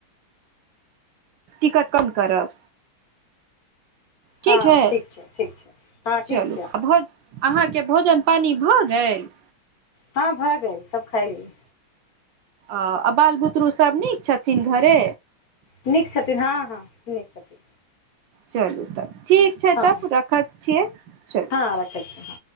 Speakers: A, on the right (about 70°); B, on the left (about 55°).
A: टिकट कल करब। ठीक
B: हँ
A: छै,
B: ठीक छै हँ ठीक
A: चलू
B: छै
A: भ अहाँके भोजन पानि भ गेल?
B: हाँ भ गेल सब खइली।
A: ओ आ बाल बुतरू सभ नीक छथिन घरे।
B: नीक छथिन हाँ हाँ नीक छथिन।
A: चलू, तब ठीक छैय
B: हँ
A: तब रखैत छियै चलू।
B: हँ रखै छी हँ